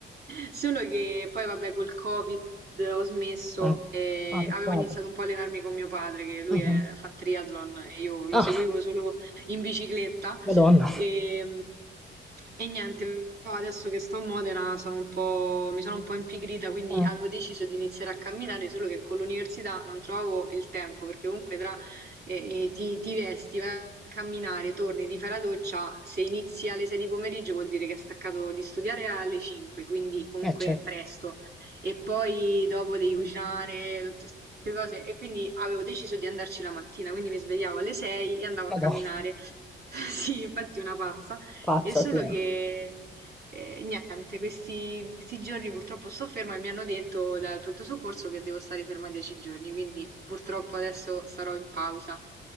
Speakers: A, on the right; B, in the centre.
A: solo che poi vabbè col Covid ho smesso
B: Ah,
A: e
B: ah, peccato.
A: avevo iniziato un po' a allenarmi con mio padre, che lui
B: Ah,
A: è-
B: ah.
A: fa triathlon e io lo
B: Ah,
A: seguivo solo in bicicletta
B: Madonna.
A: e, e niente, però adesso che sto a Modena sono un po', mi sono un po' impigrita, quindi
B: Eh,
A: avevo deciso di iniziare a camminare, solo che con l'università non trovavo il tempo, perché comunque tra e, e ti, ti vesti, vai a camminare, torni, ti fai la doccia, se inizi alle 6 di pomeriggio vuol dire che hai staccato di studiare alle 5, quindi comunque
B: eh, certo.
A: presto. E poi dopo devi cucinare, tutte queste cose. E quindi avevo deciso di andarci la mattina, quindi mi svegliavo alle 6 e andavo a
B: Madonna.
A: camminare. <laughs> Sì, infatti una pazza.
B: Pazza,
A: È solo
B: sì.
A: che e niente, questi, questi giorni purtroppo sto ferma e mi hanno detto dal pronto soccorso che devo stare ferma dieci giorni, quindi purtroppo adesso sarò in pausa.